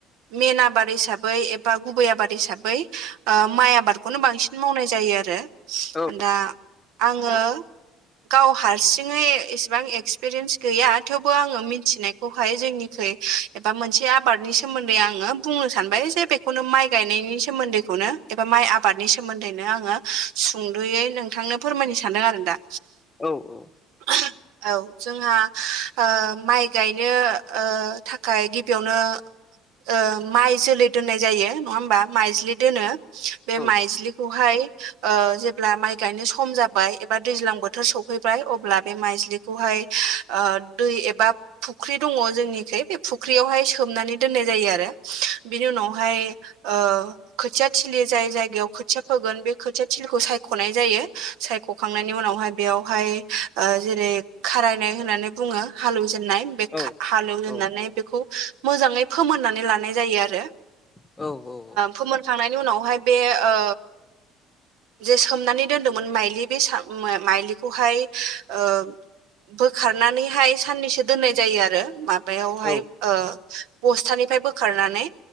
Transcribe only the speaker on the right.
मेन आबाद हिसाबै एबा गुबै आबाद हिसाबै माइ आबादखौनो बांसिन मावनाय जायो आरो।
दा आङो गाव हारसि थिङै इसेबां एक्सपिरियेन्स गैया थेवबो आङो मि थिनायखौहाय जोंनिखोय एबा मोनसे आबादनि सोमोन्दै आङो बुंनो सानबाय जे खनो माइ गायनायनि सोमोन्दैखौनो एबा माइ आबादनि सोमोन्दैनो आङो सुंदुयै नोंथांनो फोरमायनो सानदों आरो दा।
<inaudible> औ जोंहा ओ माइ गायनो ओ थाखाय गिबियावनो ओ माइ जोलै दोननाय जायो नङा होमबा माइज्लि दोनो बे
माइज्लिखौहाय ओ जेब्ला माइ गायनो सम जाबाय एबा दैज्लां बोथोर सौफैबाय अब ब्ला बे माइजलिखौहाय दै एबा फुख्रि दङ जोंनिखै बे फुख्रियावहाय सोमनानै दोननाय जायो आरो। बिनि उनावहाय ओ खोथिया थिलि जाय जायगायाव खोथिया फोगोन बे खोथिया थिलिखौ सायख'नाय जायो। सायख'खांनायनि उनावहाय बेयावहाय जेरै खारायनाय होनानै बुङो हालेव जेननाय बे
खा हालेव जेननानै
बेखौ मोजाङै फोमोननानै लानाय जायो आरो।
फोमोनखांनायनि उनावहाय बे ओ जे सोमनानै दोन्दोंमोन माइलि बे साम माइलिखौहाय ओ बोखारनानैहाय साननैसो दोननाय जायो आरो माबायावहाय।
ओ बस्थानिफ्राय बोखारनानै